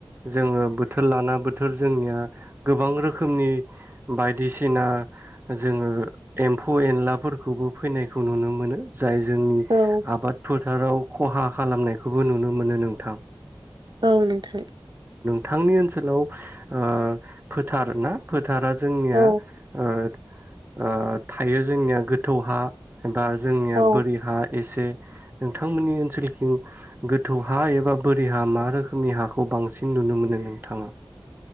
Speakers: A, on the right; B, on the right.
A: जोङो बोथोर लाना बोथोर जोंनिया गोबां रोखोमनि बायदिसिना जोङो एम्फौ-एनलाफोरखौबो फैनायखौ नुनो मोनो। जाय जोंनि
B: औ
A: आबाद फोथाराव खहा खालामनायखौबो नुनो मोनो नोंथां।
B: औ नोंथां।
A: थांनि ओनसोलाव ओ फोथार ना फो थारा जोंनिया
B: औ
A: ओ ओ थायो जोंनिया गोथौ हा बा जोंनिया
B: औ
A: बोरि हा एसे नोंथांमोननि ओनसोलथिं गोथौ हा एबा बोरि हा मा रो खोमनि हाखौ बांसिन नुनो मोनो नोंथाङा